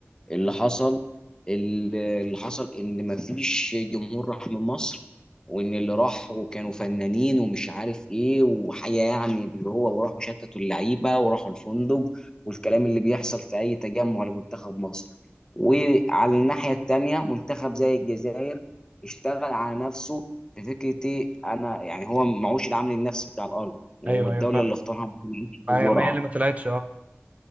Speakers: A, on the left (about 15°); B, on the right (about 30°).
A: اللي حصل اللي حصل ان مفيش جمهور راح من مصر وان اللي راحوا كانوا فنانين ومش عارف ايه وحاجه يعني اللي هو وراحوا شتتوا اللعيبه وراحوا الفندق والكلام اللي بيحصل في اي تجمع لمنتخب مصر وعلى الناحيه التانيه منتخب زي الجزائر اشتغل على نفسه في فكره إيه؟ انا يعني هو معوش العامل النفسي بتاع الارض والدوله
B: ايوه ايوه فاهم
A: اللي اختارها ما بتنجحش في
B: ما
A: الجرعه
B: هي ما هي اللي ما طلعتش اه